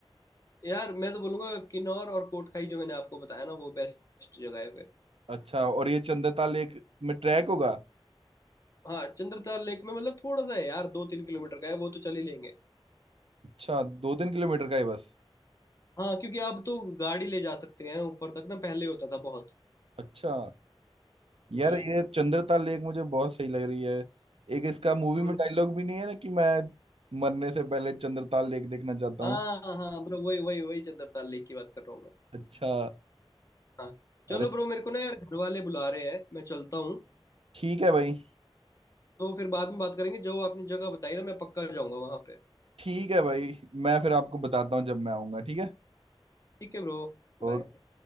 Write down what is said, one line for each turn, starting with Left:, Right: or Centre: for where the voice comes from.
Left: यार मैं तो बोलूंगा किन्नौर और कोटखाई जो मैंने आपको बताया ना वो बेस्ट जगह है
Right: अच्छा और ये चंद्रता लेक में ट्रैक होगा
Left: हाँ चंद्रताल लेक में मतलब थोड़ा सा है यार दो तीन किलोमीटर का है वो तो चल ही लेंगे
Right: अच्छा दो तीन किलोमीटर का है बस
Left: हाँ क्योंकि आप तो गाड़ी ले जा सकते हैं ऊपर तक ना पहले होता था बहुत
Right: अच्छा यार
Left: हम्म
Right: ये चंद्रता लेक मुझे बहुत सही लग रही है एक इसका मूवी
Left: हम्म।
Right: में डायलॉग भी नहीं है ना कि मैं मरने से पहले चंद्रता लेक देखना चाहता
Left: हाँ
Right: हूँ
Left: हाँ ब्रो वही वही वही चंद्रताल लेक की बात कर रहा हूँ मैं
Right: अच्छा
Left: हाँ चलो
Right: अरे
Left: ब्रो मेरे को ना यार घर वाले बुला रहे हैं मैं चलता हूँ
Right: ठीक है भाई
Left: तो फिर बाद में बात करेंगे जो आपने जगह बताई ना मैं पक्का जाऊंगा वहां पे
Right: ठीक है भाई मैं फिर आपको बताता हूँ जब मैं आऊंगा ठीक है
Left: ठीक है ब्रो बाय
Right: ओके